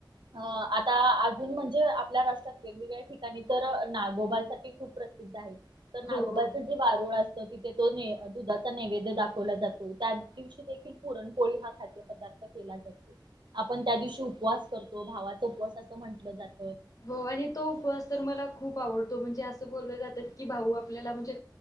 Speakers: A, on the right; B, on the left.
A: अ आता अजून म्हणजे आपल्या राष्ट्रात वेगवेगळ्या ठिकाणी तर नागोबासाठी खूप प्रसिद्ध आहे. तर नागोबाचं
B: हो हो
A: जे वारूळ असत तिथे तो दुधाचा नैवेद्य दाखवला जातो. त्या दिवशी देखील पुरणपोळी हा खाद्य पदार्थ केला जातो. आपण त्या दिवशी उपवास करतो भावाचा उपवास असं म्हंटलं जात.
B: हो आणि तो उपवास तर मला खूप आवडतो म्हणजे असं बोललं जातात की भाऊ आपल्याला म्हणजे